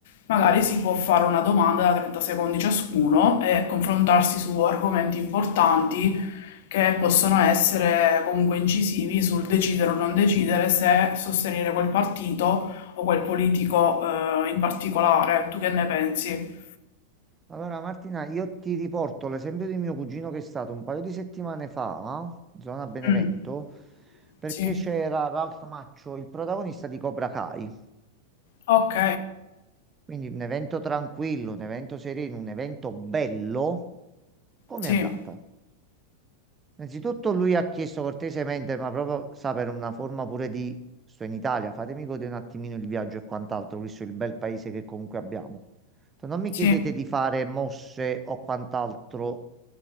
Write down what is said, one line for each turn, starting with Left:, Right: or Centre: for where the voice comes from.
Left: magari si può fare una domanda da 30 secondi ciascuno e confrontarsi su argomenti importanti che possono essere comunque incisivi sul decidere o non decidere se sostenere quel partito o quel politico eh, in particolare. Tu che ne pensi?
Right: Allora Martina, io ti riporto l'esempio di mio cugino che è stato un paio di settimane fa, in zona Benevento,
Left: Mm,
Right: perché
Left: sì,
Right: c'era Ralph Maccio, il protagonista di Cobra Kai.
Left: ok,
Right: Quindi un evento tranquillo, un evento sereno, un evento bello. Com'è
Left: sì,
Right: andata? Innanzitutto lui ha chiesto cortesemente, ma proprio sa per una forma pure di sto in Italia, fatemi godere un attimino il viaggio e quant'altro, visto il bel paese che comunque abbiamo. Detto, Non mi chiedete
Left: sì,
Right: di fare mosse o quant'altro